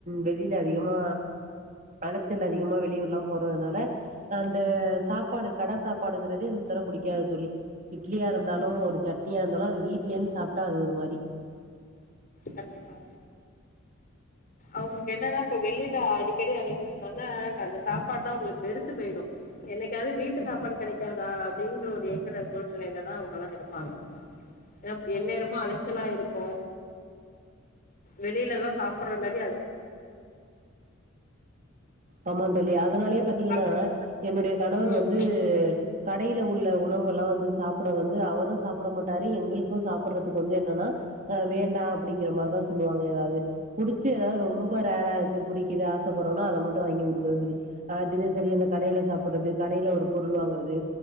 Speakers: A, on the right (about 40°); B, on the left (about 45°).
A: வெளியில அதிகமா அலைச்சல் அதிகமா வெளியூர்ல்லா போறதுனால அந்த சாப்பாடு கடை சாப்பாடுங்ற றது சுத்தர பிடிக்காது தோழி இட்லியா இருந்தாலு
B: ம்
A: ஒரு சட்னியா இருந்தாலு அது வீட்ல இருந்து சாப்ட்டா அது ஒரு மாரி
B: கண்டிப்பா அவுங்களுக்கு என்னன்னா இப்ப வெளியில அடி க்கடி அலைகிறதுனால அந்த சாப்பாடுனா உங்களுக்கு வெறுத்து போயிடு என்னைக்காவது வீட்டு சாப்பாடு கெடைக்காதா அப்டிங்கிற ஒரு இயங்கிற சூழ்நிலையிலதா அவங்கெல்லா இருப்பாங்க ஏ எந்நேரமு அலைச்சலா இருக்கு வெளியிலதா சாப்புட்ற மாரி
A: ஆமா தோழி அ அதனாலயே பாத்தீங்கனா
B: அப்
A: என்னுடைய கணவர்
B: ம்
A: வந்து கடையில உள்ள உணவுகெல்லா வந்து சாப்பிட வந்து அவரும் சாப்ட மாட்டாரு எங்களுக்கு சாப்பிட்றத் வந்து என்னன்னா வேண்டா அப்டிங்கற மாரிதா சொல்லுவாங்க எதாவ்து பிடிச்ச எதாவது ரொம்ப ரேர்ரா இது பிடிக்கிது ஆசப்பட்றோனா அத மட்டு வாங்கி குடுக்குறதுக்கு ஆ தினசரி இந்த கடையில சாப்ட்றது கடையில் ஒரு பொருள் ருள் வாங்குறது